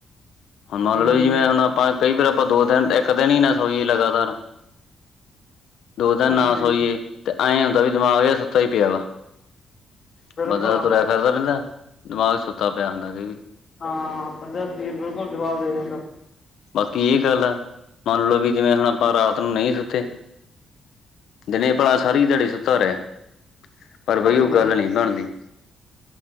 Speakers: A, on the left; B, on the left.
A: ਹੁਣ ਮੰਨ
B: ਹੂੰ
A: ਲਓ ਜਿਵੇਂ ਹੁਣ ਆਪਾਂ ਕਈ ਵਾਰ ਆਪਾਂ ਦੋ ਦਿਨ, ਇੱਕ ਦਿਨ ਹੀ ਨਾ ਸੌਈਏ ਲਗਾਤਾਰ ਦੋ ਦਿਨ
B: ਹਾਂਜੀ
A: ਨਾ ਸੋਈਏ, ਤੇ ਐੰ ਹੁੰਦਾ ਵੀ ਦਿਮਾਗ ਜਿਹਾ ਸੁੱਤਾ ਹੀ ਪਿਆ ਵਾ।
B: ਬਿਲਕੁਲ
A: ਬੰਦਾ ਤੁਰਿਆ ਫਿਰਦਾ ਰਹਿੰਦਾ, ਦਿਮਾਗ ਸੁੱਤਾ ਪਿਆ ਹੁੰਦਾ ਕਈ ਵਾਰੀ।
B: ਹਾਂ, ਬੰਦਾ ਸਰੀਰ ਬਿਲਕੁਲ ਜਵਾਬ ਦੇ ਜਾਂਦਾ।
A: ਬਾਕੀ ਇਹ ਗੱਲ ਐ, ਮੰਨਲੋ ਵੀ ਜਿਵੇਂ ਹੁਣ ਆਪਾਂ ਰਾਤ ਨੂੰ ਨਹੀਂ ਸੁੱਤੇ ਦਿਨੇ ਭਲਾ ਸਾਰੀ ਦਿਹਾੜੀ ਸੁੱਤਾ ਰਹਿ, ਪਰ ਬਈ
B: ਹਾਂਜੀ
A: ਉਹ ਗੱਲ ਨੀ ਬਣਦੀ।